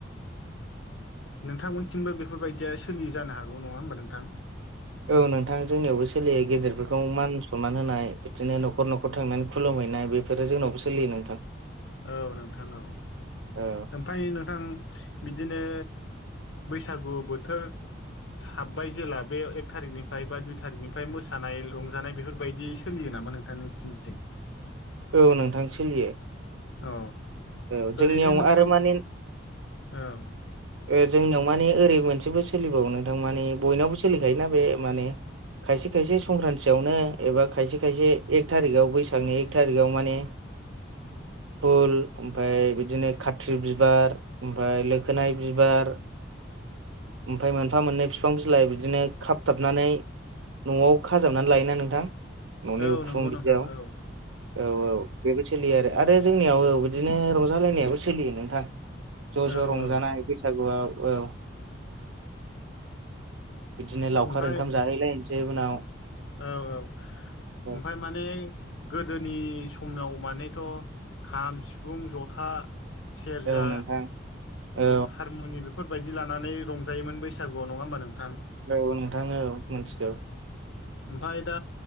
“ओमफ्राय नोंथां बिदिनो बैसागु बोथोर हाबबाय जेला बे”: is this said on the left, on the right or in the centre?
Left